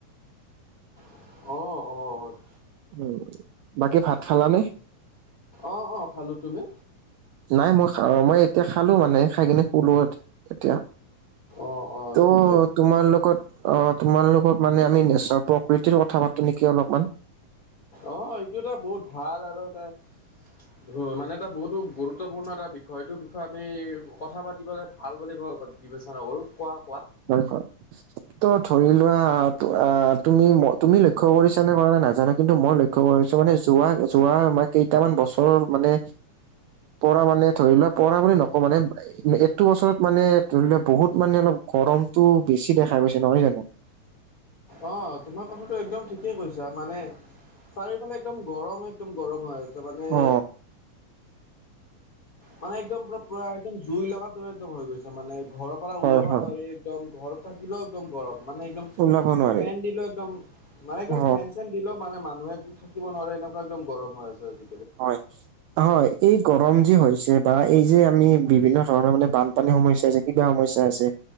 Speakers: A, on the left; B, on the right.
A: অ', অ', অ'।
B: উম, বাকী ভাত খালানে?
A: অ', অ', খালো তুমি?
B: নাই মই মই এতিয়া খালো মানে খাই কিনে শুলো এতিয়া।
A: অঁ অঁ
B: ত'
A: ঠিকে
B: তোমাৰ লগত অ' তোমালোকৰ মানে আমি নেচাৰ প্ৰকৃতিৰ কথা পাতো নেকি অলপমান।
A: অ' এইটো এটা বহুত ভাল আৰু এটা ধৰা মানে এটা বহুতো গুৰুত্বপূৰ্ণ এটা বিষয়টো আমি কথা পাতিবলৈ ভাল বুলি মই বিবেচনা কৰোঁ কোৱা কোৱা।
B: হয় হয় ত' ধৰি লোৱা আ তুমি ম তুমি লক্ষ্য কৰিছা নে কৰা নে নাজানো কিন্তু মই লক্ষ্য কৰিছোঁ মানে যোৱা যোৱা মানে কেইটামান বছৰ অ' মানে পৰা মানে ধৰি লোৱা পৰা বুলি নকওঁ মানে এইটো বছৰত মানে ধৰি লোৱা বহুত মানে অলপ গৰমতটো বেছি দেখা গৈছে নহয় জানো?
A: অ' তোমাৰ কথাটো একদম ঠিকেই কৈছা মানে চাৰিওফালে একদম গৰম একদম গৰম হৈ আছ ছে মনে
B: অ
A: মানে একদম পৰা পৰা একদম জুই লগাটোৰে একদম হৈ গৈছে মানে ঘৰৰ পৰা
B: হয়
A: ওলাব
B: হয়
A: নোৱাৰি একদম ঘৰ থাকিলেও একদম গৰম মানে একদম
B: ওলাব নোৱাৰি
A: ফেন দিলেও একদম মানে একদম
B: অ
A: ফেন চেন দিলে মানে মানুহে থাকিব নোৱাৰে এনেকুৱা একদম গৰম হৈ আছে আজি।
B: হয়, হয় এই গৰম যে হৈছে বা এই যে আমি বিভিন্ন ধৰণ মানে বানপানীৰ সমস্যা হৈছে কিবা সমস্যা হৈছে।